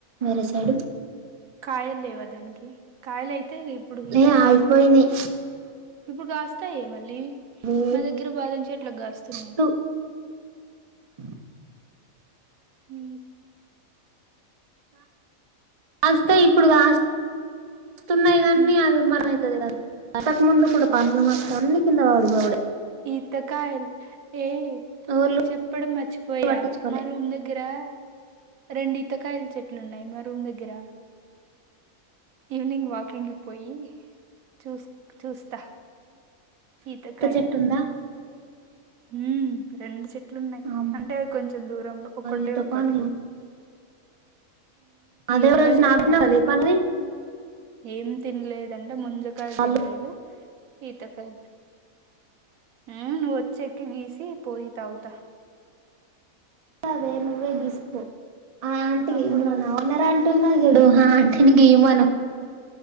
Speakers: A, on the right; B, on the right.
A: వరి సైడు,
B: కాయల్ లేవ దానికి, కాయలు అయితాయి ఇప్పుడు ఈ
A: ఏ
B: టైమ్
A: అయిపోయినాయి
B: లా, ఇప్పుడు కాస్త ఏ మళ్ళీ,
A: అవి
B: మా దగ్గర బాదాం చెట్లకు గాస్తున్నాయి
A: మస్తు <inaudible>
B: హు
A: కాస్తే ఇప్పుడు కాస్తే వస్తున్నాయి కాన్ని
B: ఉమ్,
A: అవి <unintelligible> అంతకు ముందు కూడా పండ్లు మస్త్ అన్ని కింద పడిపోడే,
B: ఈతకాయల్ ఏ
A: ఎవళ్ళు
B: చెప్పడం మర్చిపోయా
A: పట్టించుకోలే
B: మా రూమ్ దగ్గరా, రెండు ఈతకాయల చెట్లు ఉన్నాయి మా రూమ్ దగ్గర, ఈవ్నింగ్ వాక్, కింగ్ పోయి, చూస్ చూస్ త ఈత కాయలు,
A: చెట్టు ఉందా
B: ఊ రెండు చెట్లు చేట్లున్నాయి
A: అబ్బా
B: అంటే అవి కొంచెం దూరంలో ఒకక్కటే
A: ఈత
B: ఒకక్కటి,
A: పండ్లు అదే
B: ఎండాకాలం
A: రోజు నాది
B: మొత్తంలో
A: నాది పండ్లు తీయి
B: ఏం తిన్లేదంటే ముంజకాయలు
A: వాళ్ళు
B: తినలేదు ఈతకాయలు ఆ చెక్కు గీసి పోయి తాగుత్తా
A: అదే నువ్వేగీసుకో ఆ ఆంటి
B: నాకు కూడా
A: మన
B: రాదు
A: ఓనరు ఉన్నది చూడు ఆ అంటీని గీయిమాను